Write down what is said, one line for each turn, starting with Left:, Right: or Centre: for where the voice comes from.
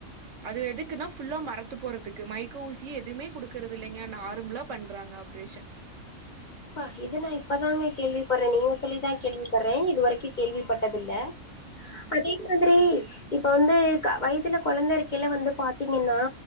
Right: அது எதுக்குனா ஃபுல்லா மறத்து போறதுக்கு மைக்க ஊசியே எதுமே குடுக்கறதில்லைங்க நார்ம்லா பண்றாங் க ஆப்ரேஷ
Left: பா இது நா இப்பதாங்க கேள்விப்பர்றே நீங்க சொல்லிதா கேள்விப் பர்றே இது வரைக்கு கேள்விப்பட்டதில்ல
Right: ம்.
Left: அதே மாதிரி இப்ப வந்து க வயித்துல கொழந்த இருக்கைல வந்து பாத்தீங்கன்னா